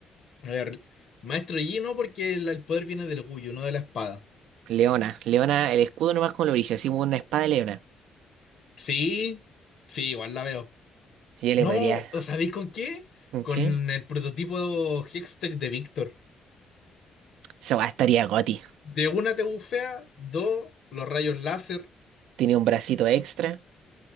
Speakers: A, on the left; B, on the right.
A: A ver, Maestro Yi no, porque el, el poder viene del orgullo, no de la espada.
B: Leona. Leona, el escudo nomás con lo brígido, así como una espada de leona.
A: Sí, sí, igual la veo.
B: Y Yo le
A: No,
B: podría.
A: ¿o sabéis con qué?
B: Ok.
A: Con el prototipo Hextech de Víctor.
B: Esa weá estaría goti.
A: De una te bufea, dos, los rayos láser,
B: Tiene un bracito extra,